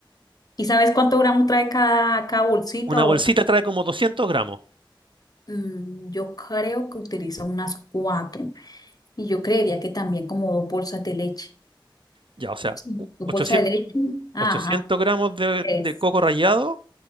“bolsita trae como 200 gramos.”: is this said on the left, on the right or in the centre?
Right